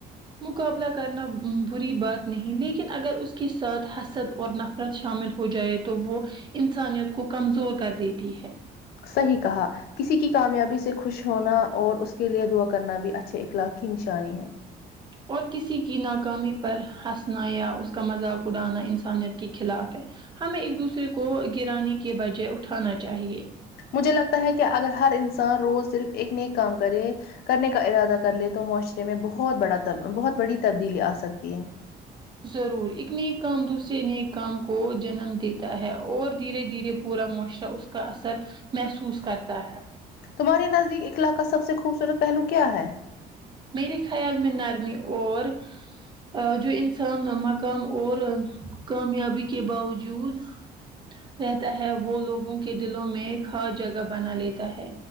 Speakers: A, on the right; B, on the left.
A: مقابلہ کرنا بری بات نہیں لیکن اگر اس کے ساتھ حسد اور نف شامل ہو جائے تو وہ انسانیت کو کمزور کر دیتی ہے
B: صحیح کہا کسی کی کامیابی سے خوش ہونا اور اس کے لیئے دعا کرنا بھی اچھے اخلاق کی نشانی ہے
A: اور کسی کی ناکامی پر ہنسنا یا اس کا مذاق اڑانا انسانیت کے خلاف ہے ہمیں ایک دوسرے کو گرانے کے بجائے اٹھانا چاہیے
B: مجھے لگتا ہے کہ اگر ہر انسان روز صرف ایک ن ایک کام کرے کرنے کا ارادہ کر لے تو معاشرے میں بہت بڑا بہت بڑی تبدیلی آ سکتی ہے
A: ضرور ایک نیک کام دوسرے نیک کام کو جنم دیتا ہے اور دھیرے دھیرے پورا معاشرہ اس کا اثر محسوس کرتا ہے
B: تمہاراریے نزدیک اخلاق کا سب سے خوبصورت پہلو کیا ہے
A: میرے خیال میں نرمی اور ا جو انسان مقام اور کامیابی کے باوجود رہتا ہے وہ لوگوں کے دلوں میں ہر جگہ بنا لیتا ہے